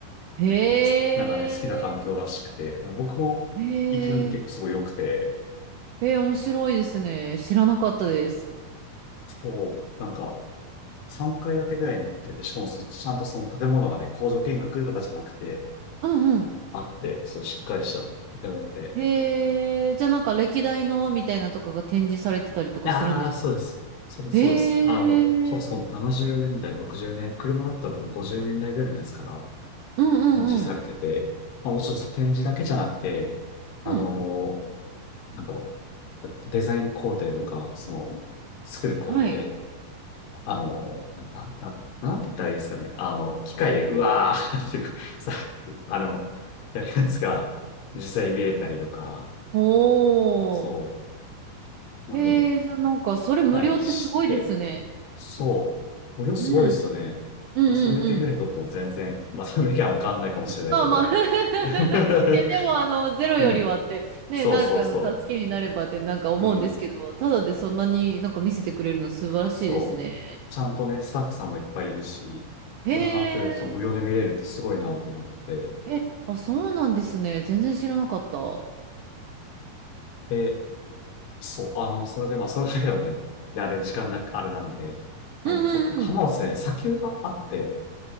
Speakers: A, on the right (about 80°); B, on the left (about 75°).
A: へえ。
B: き、なんかね、好きな環境らしくて、僕も行きに結構すごい良くて、
A: へえ、えー、面白いですね。知らなかったです。
B: そう、なんか3階建てぐらいになってて、しかもそ、ちゃんとその建物がね、工場見学とかじゃなくて、
A: うんうん。
B: あって、そう、しっかりした建物で。
A: へえ、じゃあなんか歴代のみたいなとかが展示されてたりとかするんです。
B: ああ、そうです。そ、そうです。
A: へえ、
B: あの、そうそう、70年代、60年、車だったら多分50年代ぐらいのやつから
A: うんうんうん。
B: 展示されてて、まあ、もちろんその展示だけじゃなくて、あのー
A: うん。
B: なんだろう、デザイン工程とか、その、作る工程、
A: はい。
B: あの、な、な、ななんて言ったらいいですかね。あの、機械でうわーってさ、あの、やるやつが <laughs> 実際に見れたりとか、
A: おー。
B: そう、
A: へえ、
B: まあ、見
A: じゃあなんかそれ無料ってすごいですね。
B: たりして、そう、無料すごいですよね。
A: うん。うんうんうん。
B: これ300円ぐらい取っても全然、まあ300円はもう変わんないかもしれないけど。
A: まあまあ <laughs>
B: <laughs>
A: いやでもあの、ゼロよりはって、
B: うん。
A: ね、
B: そうそうそ
A: なんかの助けになればってなんか思うんですけど、
B: う。うん。
A: ただでそんなになんか見せてくれるの素晴らしいですね。
B: そう。ちゃんとね、スタッフさんもいっぱいいるし、
A: へえ、
B: そんな環境でそう無料で見れるってすごいなと思って。
A: え、あ、そうなんですね。全然知らなかった。うん
B: で、そう、あの、それで、まあ、それだけのね、であれ、時間なく、あれなんで、あの、
A: うんうん。
B: と浜松ね、砂丘があって、